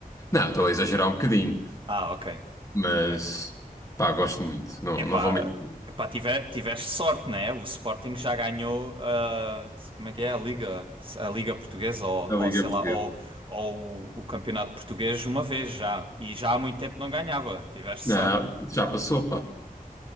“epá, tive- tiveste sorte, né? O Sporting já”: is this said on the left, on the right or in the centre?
Right